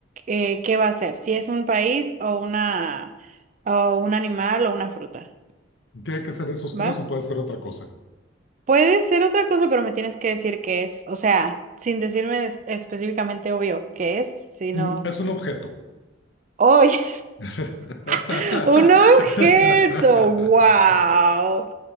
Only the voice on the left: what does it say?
¿Tiene que ser esos tres
o puede ser otra cosa?
Mm, Es un objeto.
<laughs>